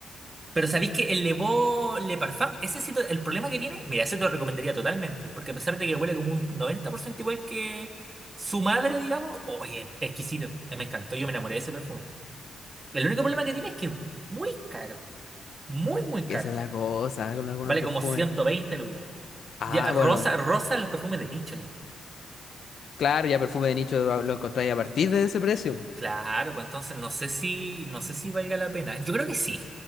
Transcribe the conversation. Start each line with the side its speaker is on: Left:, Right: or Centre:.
Right: Pero sabéis que el Levó Le Parfum, ese sí, te- el problema que tiene, mira, ese te lo recomendaría totalmente. Porque a pesar de que huele como un 90% igual que su madre, digamos, oye, exquisito. Me encantó, yo me enamoré de ese perfume. El único problema que tiene es que es muy caro. Muy, muy
Left: que
Right: caro.
Left: esa es la cosa con algunos
Right: Vale
Left: perfumes.
Right: como 120 lucas.
Left: Ah,
Right: Ya, rosa,
Left: bueno,
Right: rosa los perfumes de nicho ya.
Left: claro, ya perfume de nicho lo lo encontráis a partir de ese precio.
Right: Claro, pues entonces no sé si, no sé si valga la pena. Yo creo que sí,